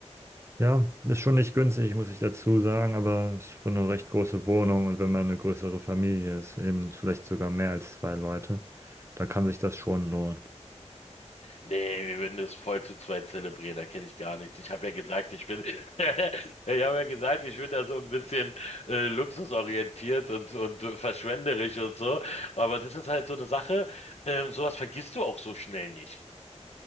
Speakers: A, on the right; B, on the left.
A: Ja, ist schon nicht günstig, muss ich dazu sagen, aber es ist schon eine recht große Wohnung und wenn man eine größere Familie ist, eben vielleicht sogar mehr als zwei Leute, dann kann sich das schon lohnen.
B: Nee, wir würden es voll zu zweit zelebrieren, da kenne ich gar nichts. Ich habe ja gesagt, ich bin, <laughs> ich habe ja gesagt, ich bin da so ein bisschen äh, luxusorientiert und und verschwenderisch und so. Aber das ist halt so eine Sache, ähm, sowas vergisst du auch so schnell nicht.